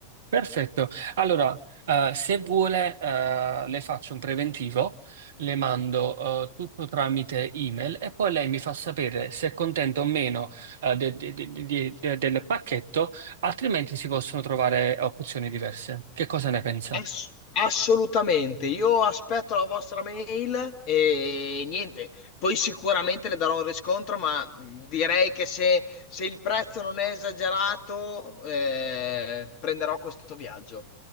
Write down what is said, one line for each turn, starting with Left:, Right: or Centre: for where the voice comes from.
Right: Perfetto. Allora, eh, se vuole, eh, le faccio un preventivo, le mando, eh, tutto tramite email e poi lei mi fa sapere se è contenta o meno, eh, de- de- de- de- de- del pacchetto, altrimenti si possono trovare opzioni diverse. Che cosa ne pensa?
Left: Ass- assolutamente. Io aspetto la vostra mail e niente. Poi sicuramente le darò un riscontro, ma mh, direi che se, se il prezzo non è esagerato, eh, prenderò questo viaggio.